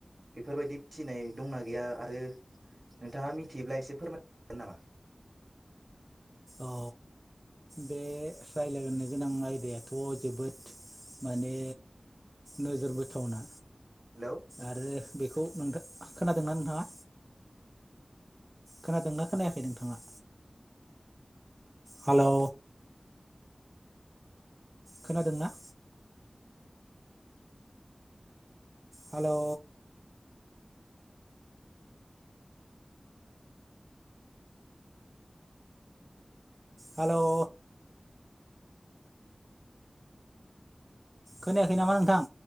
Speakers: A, on the right; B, on the right.
A: बेफोरबायदि फिनाय दंना गैया आरो नोंथाङा मिथि थब्ला एसे फोरमायगोन नामा
B: औ बे रायलायनो गोनां आयदायाथ' जोबोद माने नोजोर बोथावना
A: हेलौ
B: आरो बेखौ नोंथ खोनादोंना नोंथाङा खोनादोंना खोनायाखै नोंथाङा हेलौ खोनादोंना हेलौ हेलौ खोनायाखै नामा नोंथां